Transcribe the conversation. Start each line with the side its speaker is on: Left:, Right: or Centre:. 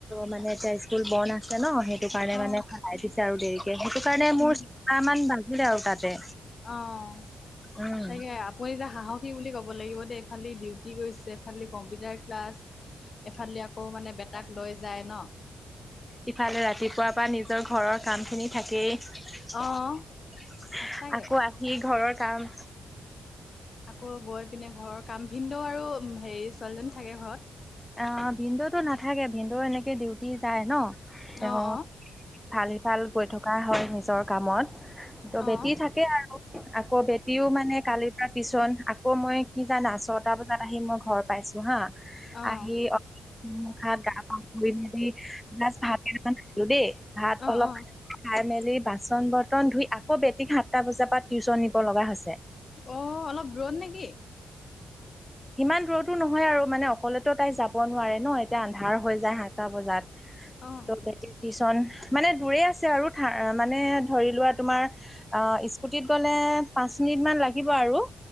Centre: মানে এতিয়া স্কুল বন্ধ আছে ন সেইটো কাৰণে
Left: অ
Centre: মানে চাই পিছে আৰু দেৰি। স কাৰণে
Left: উম
Centre: মোৰ চাহ মান বাজিলে আৰু তাতে।
Left: অ
Centre: উম
Left: তাকে আপুনি এতিয়া সাহসী বুলি ক'ব লাগিব দেই। ফালি ডিউটি গৈছে এফালি কম্পিউটাৰ ক্লাছ এফালি আকৌ মানে বেটাক লৈ। যায় ন।
Centre: ইফালে ৰাতিপুৱাৰ পৰা নিজৰ ঘৰৰ কাম খিনি থাকেই।
Left: অ' সঁচাকে
Centre: আকৌ আহি ঘৰৰ কাম।
Left: আকৌ গৈ পিনে ঘৰৰ কাম ভিন্ন্দ আৰু হেৰি ছোৱালীজনী থাকে ঘৰত।
Centre: অ, ভিনদও নাথাকে ভিনন্দে এনেকে ডিউটি যায় ন। তেও
Left: অ' অ'
Centre: ভাল - ভাল গৈ থকা হয় নিজৰ কামত। ত,
Left: অ'
Centre: বেটি থাকে আৰু আকৌ বেটিও মানে কালিৰ পৰা টিচন আকৌ মই কি জানা ছটা বজাত আহি মই ঘৰ পাইছো হা
Left: অ' অ'
Centre: আহি। ভাত গা পা ধুই ম জাষ্ট ভাত কেই খালো দেই ভাত
Left: অ'
Centre: অলপ।
Left: অ'
Centre: খাই মেলি বাচন বৰ্তন ধুই আকৌ বেটিক সাতটা বজাৰ পৰা টিউচন নিব লগা হৈছে।
Left: অ, অলপ দূৰত নেকি।
Centre: ইমান দূৰৰতো নহয় আৰু মানে অকলেতো তাই যাব নোৱাৰে ন এতিয়া আন্ধাৰ হৈ যায় সাতটা বজাত।
Left: অ'
Centre: টিউচন মানে দূৰে আছে আৰু। মানে ধৰি লোৱা তোমাৰ অ স্কুটিত গ'লে পাচ মিনিট মান লাগিব আৰু।